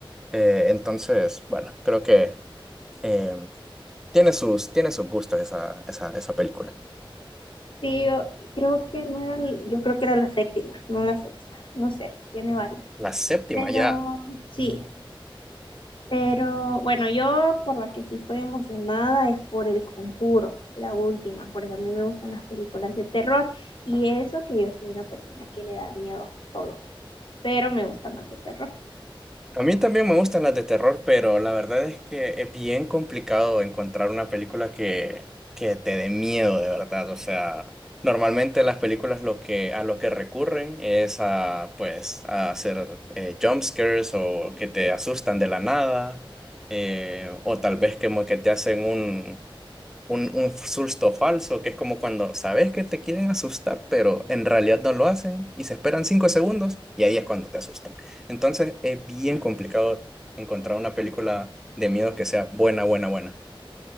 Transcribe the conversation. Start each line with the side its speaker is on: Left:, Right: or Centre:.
Centre: Eh, entonces, bueno, creo que eh, tiene sus, tiene sus gustos esa, esa, esa película.
Left: Sí, yo creo que no era, el- yo creo que era la séptima, no la sexta, no sé, tiene varias.
Centre: La séptima
Left: Pero,
Centre: ya.
Left: Sí. pero bueno, yo por la que sí estoy emocionada es por El Conjuro, la última, porque a mí me gustan las películas de terror y eso que yo soy una persona que le da miedo todo, pero me gustan las de terror.
Centre: A mí también me gustan las de terror, pero la verdad es que es bien complicado encontrar una película que, que te dé miedo de verdad. O sea, normalmente las películas lo que, a lo que recurren es a, pues, a hacer eh, jump scares o que te asustan de la nada, eh, o tal vez como que te hacen un, un, un susto falso, que es como cuando sabes que te quieren asustar, pero en realidad no lo hacen y se esperan cinco segundos y ahí es cuando te asustan. Entonces es bien complicado encontrar una película de miedo que sea buena, buena, buena.